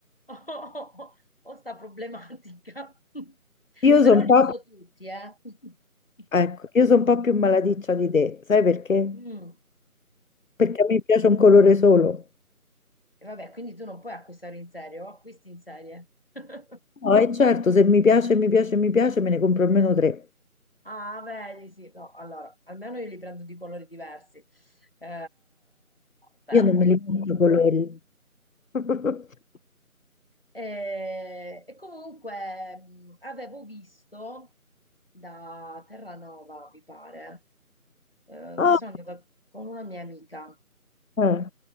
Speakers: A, on the left; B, on the left.
A: Ho, ho sta problematica. <laughs>
B: Io
A: Però
B: sono
A: li
B: un po',
A: uso tutti, eh. <laughs>
B: ecco, io sono un po' più malaticcia di te, sai perché?
A: Mm.
B: Perché a me piace un colore solo.
A: E vabbè, quindi tu non puoi acquistare in serie, o acquisti in serie. <laughs>
B: No, e certo, se mi piace, mi piace, mi piace, me ne compro almeno tre.
A: Ah, vedi, sì, no, allora, almeno io li prendo di colori diversi, Eh, però
B: Io non
A: ognuno.
B: me li metto i colori. <laughs>
A: E, e comunque mh, avevo visto da Terranova, mi pare, eh,
B: Ah,
A: che sono andata con una mia amica.
B: eh,